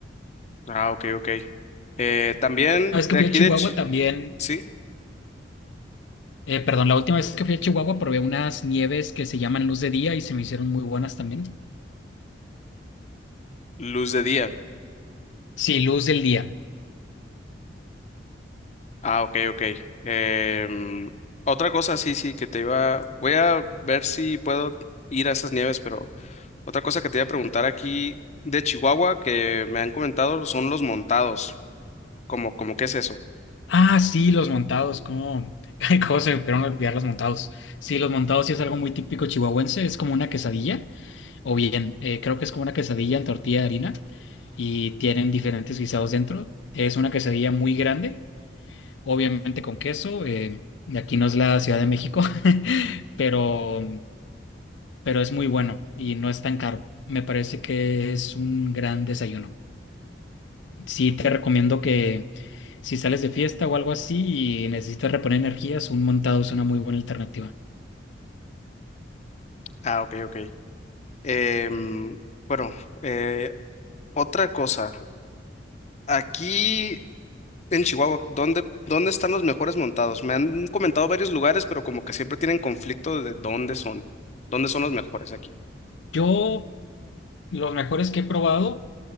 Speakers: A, on the left (about 35°); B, on the left (about 75°).
A: Ah, ok, ok. Eh, también
B: Una vez
A: de
B: que fui
A: aquí
B: a Chihuahua
A: de Chi-
B: también,
A: sí,
B: eh, perdón, la última vez que fui a Chihuahua probé unas nieves que se llaman luz de día y se me hicieron muy buenas también.
A: luz de día.
B: Sí, luz del día.
A: Ah, ok, ok. Em, otra cosa, sí, sí, que te iba. Voy a ver si puedo ir a esas nieves, pero otra cosa que te iba a preguntar aquí de Chihuahua que me han comentado son los montados. ¿Cómo, cómo qué es eso?
B: Ah, sí, los montados, cómo, <laughs> ay, cómo se me pudieron olvidar los montados. Sí, los montados sí es algo muy típico chihuahuense, es como una quesadilla, o bien, eh, creo que es como una quesadilla en tortilla de harina y tienen diferentes guisados dentro. Es una quesadilla muy grande, obviamente con queso, eh, y aquí no es la Ciudad de México, <laughs> pero, pero es muy bueno y no es tan caro. Me parece que es un gran desayuno. Sí, te recomiendo que si sales de fiesta o algo así y necesitas reponer energías, un montado es una muy buena alternativa.
A: Ah, ok, ok. Em, bueno, eh, otra cosa. Aquí en Chihuahua, ¿dónde, dónde están los mejores montados? Me han comentado varios lugares, pero como que siempre tienen conflicto de dónde son. ¿Dónde son los mejores aquí?
B: Yo, los mejores que he probado,